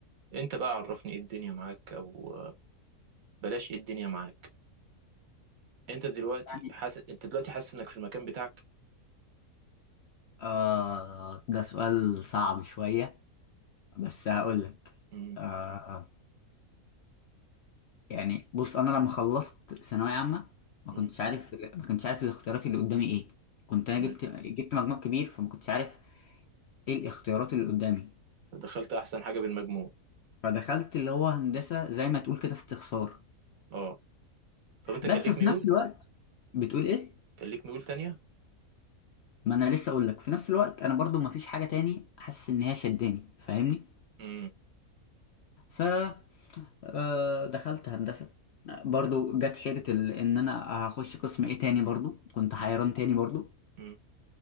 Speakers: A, on the right; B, on the left.
A: انت بقى عرفني ايه الدنيا معاك او آه، بلاش ايه الدنيا معاك انت دلوقتي
B: يعني
A: حاسس انت دلوقتي حاسس انك في المكان بتاعك
B: آه ده سؤال صعب شوية بس هقول لك
A: امم
B: آه يعني بص انا لما خلصت ثانوية عامة ما كنتش
A: امم
B: عارف ما كنتش عارف الاختيارات اللي قدامي ايه كنت
A: تمام
B: انا جبت جبت مجموع كبير فما كنتش عارف ايه الاختيارات اللي قدامي
A: دخلت احسن حاجة بالمجموع
B: فدخلت اللي هو هندسة زي ما تقول كده استخسار
A: اه طب انت كان
B: بس
A: ليك
B: في
A: ميول
B: نفس الوقت بتقول ايه
A: كان ليك ميول تانية
B: ما انا لسه اقول لك في نفس الوقت انا برضو ما فيش حاجه تاني حاسس ان هي شداني فاهمني
A: امم
B: ف آه، دخلت هندسه برضو جت حيره ال... ان انا هخش قسم ايه تاني برضو كنت حيران
A: امم
B: تاني برضو
A: امم،